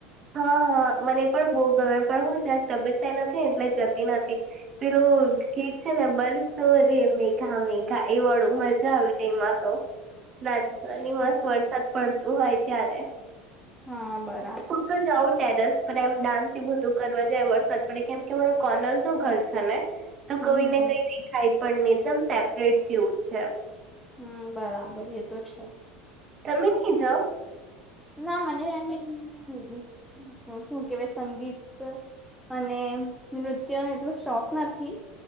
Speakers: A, on the right; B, in the centre.
A: હા હા મને પણ બહુ ગમે પણ હું જક તબિયત સાઈ નથી ને એટલે જતી નથી. પેલું કે છે ને બરસો રે મેઘા મેઘા એ વાળો મજા આવી જાય એમાં. તો નાચની
B: અચ્છા
A: બસ વરસાદ પડતું હોય ત્યારે
B: હા બા
A: હું તો જાઉ ટેરસ પણ એમ ડાન્સ એ બધું કરવા જાય વરસાદ પડે કેમ કે મારુ કોનલ નું ઘર છે ને.
B: હમ
A: તો કઈ
B: હમ
A: ને
B: હમ
A: કઈ દેખાય પણને એકદમ સેપરેટ જેવું છે.
B: હમ્મ બરાબર એ તો છે.
A: તમે ની જાઓ.
B: ના મને એમ ભી શું કેવાય સંગીત અને નૃત્ય નો એટલો શોખ નથી